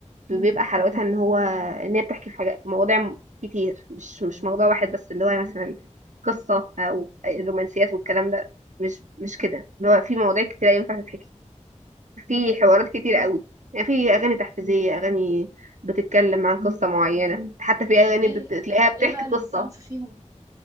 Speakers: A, on the right; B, on the right.
A: بيبقى حلاوتها ان هو ان هي بتحكي في حاجات في مواضيع كتير مش مش موضوع واحد بس اللي هو مثلا قصة او رومانسيات والكلام ده مش مش كده اللي هو في مواضيع كتير ينفع تتحكي في حوارات كتير قوي يعني في اغاني تحفيزية اغاني بتتكلم عن قصة معينة حتى في اغاني
B: ايه
A: بت- بتلاقيها بتحكي
B: ايه بقى
A: قصة
B: الصنف فيهم